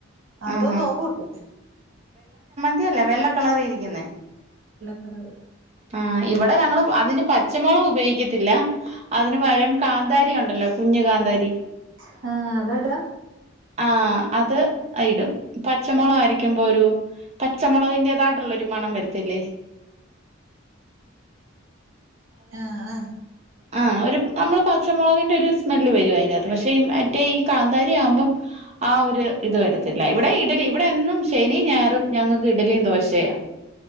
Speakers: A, on the right (about 70°); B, on the right (about 30°).
A: അതൊന്നും
B: ആഹാ
A: അവൻ കൂട്ടില്ല
B: ല്ല വെള്ള കളറിൽ ഇരിക്ക കുന്നെ
A: കളറ്
B: ആ് ഇവിടെ ഞങ്ങള് അതിന് പച്ചമുളക് ഉപയോഗിക്കത്തില്ല അതിന് പരം കാന്താരി ഉണ്ടല്ലോ കുഞ്ഞഞ് കാന്താരി
A: ആഹ അതാടാ
B: ആഹ അത് ഇടും പച്ചമുളക് അരക്കുമ്പോ ഒരു പച്ചമുളക്ന്റാതായിട്ടുള്ള ഒരു മണം വരിത്തില്ലേ
A: ആ ആഹ
B: ആ ഒരു നമ്മൾ പച്ചമുളകിൻ്റെ ഒരു സ്മെൽ വരും അതിന്റെ അകത്ത് പക്ഷേ മറ്റേ ഈ കാന്താരിയാവുമ്പോം ആ ഒരു ഇത് വരത്തില്ല ഇവിടെ ഇഡലി ഇവിടെ എന്നും ശനിയും ഞായറും ഞങ്ങൾക്ക് ഇഡലിയും ദോശയാ